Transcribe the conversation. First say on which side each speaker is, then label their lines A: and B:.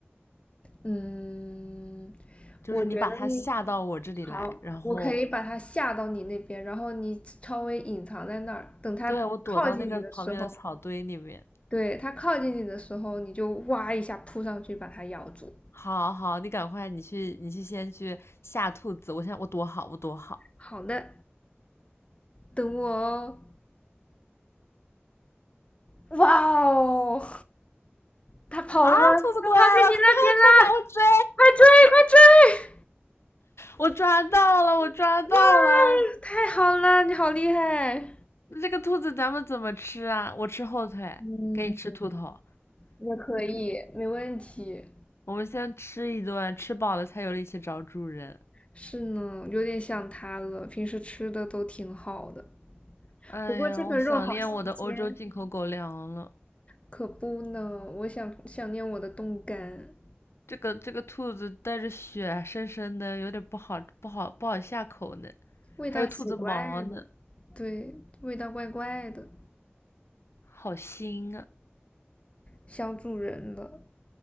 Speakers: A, on the left; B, on the left.
A: 嗯，
B: 就是你把它吓到我这里来，
A: 我觉得你好，
B: 然后
A: 我可以把它吓到你那边，然后你稍微隐藏在那儿，等它靠近你的时候，
B: 对我躲到那个旁边的草堆里面。
A: 对，它靠近你的时候，你就哇一下扑上去把它咬住。
B: 好好，你赶快，你去，你去先去吓兔子。我现在我躲好，我躲好。
A: 好的，等我哦。哇哦，它跑了吗？
B: 啊！兔子过来了，
A: 它跑去你那边啦！
B: 快快把我追！
A: 快追，快追！
B: 我抓到了，我抓到了！
A: 哇，太好了，你好厉害！
B: 那这个兔子咱们怎么吃啊？我吃后腿，
A: 嗯，
B: 给你吃兔头。
A: 也可以，没问题。
B: 我们先吃一顿，吃饱了才有力气找主人。
A: 是呢，有点想他了。平时吃的都挺好的，
B: 哎呀，
A: 不过这个肉好新鲜，
B: 我想念我的欧洲进口狗粮了。
A: 可不呢。我想想念我的冻干，
B: 这个这个兔子带着血，深深的，有点不好不好不好下口呢。
A: 味道奇怪的，
B: 还有兔子毛呢，
A: 对，味道怪怪的，
B: 好腥啊！
A: 想主人了。